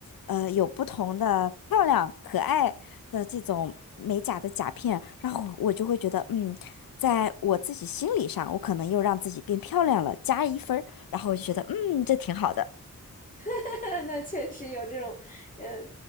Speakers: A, on the left; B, on the left.
A: 呃，有不同的漂亮可爱的这种美甲的甲片，然后我就会觉得，嗯，在我自己心理上，我可能又让自己变漂亮了，加一分儿，然后我就觉得，嗯，这挺好的。
B: <laughs> 那确实有这种，呃，